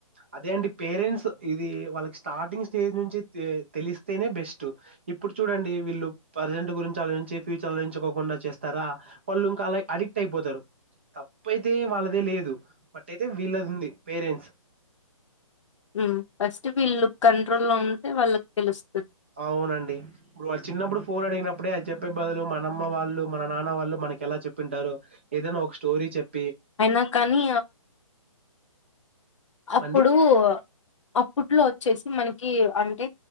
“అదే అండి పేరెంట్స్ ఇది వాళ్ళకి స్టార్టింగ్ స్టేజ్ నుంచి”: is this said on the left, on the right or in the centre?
Right